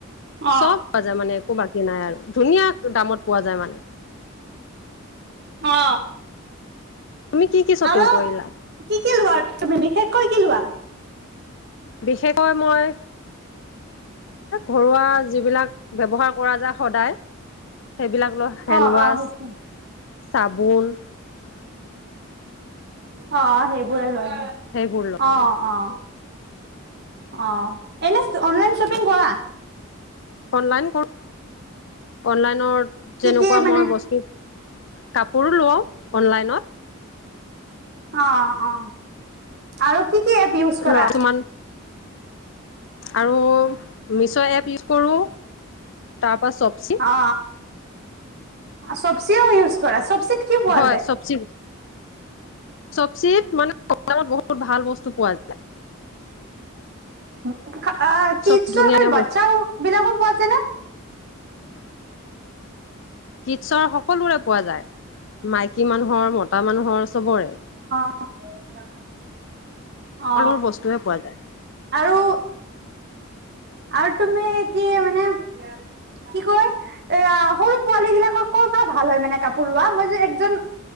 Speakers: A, on the right; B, on the left.
A: অ
B: চব পোৱা যায় মানে একো বাকী নাই আৰু ধুনীয়া দামত পোৱা যায় মানে <inaudible>
A: অ
B: তুমি কি কি শ্বপিং
A: আৰু
B: কৰিলা
A: কি কি লোৱা তুমি বিশেষকৈ কি লোৱা
B: বিশেষকৈ মই ঘৰুৱা যিবিলাক ব্য্ৱহাৰ কৰা যায় সদায় সেইবিলাক লৈ হেণ্ডৱাছ
A: অ অ সেই
B: চাবন
A: অ সেইবোৰে লয়
B: সেইবোৰ লওঁ
A: অ অ অ এনে অনলাইন চপিং কৰা
B: অনলাইন কৰো অনলাইনৰ
A: কি
B: যেনেকুৱা
A: কি মানে
B: মই বস্তু কাপোৰো লওঁ অনলাইনত
A: অ অ আৰু কি কি এপ ইউজ কৰা
B: লৰা কিছুমান আৰু মিছ' এপ ইউজ কৰোঁ তাৰপৰা চবচি
A: অ আছব চবিও ইউজ কৰা চবচিত কি পোৱা
B: হয়
A: যায়
B: চবচি চবচিত মানেত বহুত ভাল বস্তু পোৱা যায়
A: উ কিটচন
B: চব ধুনীয়া
A: খাল
B: ধুনীয়া
A: বাচ্ছাও
B: বস্তু
A: বিলাকো পোৱা যায় ন
B: কিীটছৰ সকলোৰে পোৱা যায় মাইকী মানুহৰ মতা মানুহৰ চবৰে
A: অ অ
B: সৰু মোৰ বস্তুৱে পোৱা যায়
A: আৰু আৰু তুমি কি মানে কি কয় এ সৰু পোৱালী বিিলাকৰ ক'ৰ পৰা ভাল হয় মানে কাপোৰ লোৱা মই যে এজন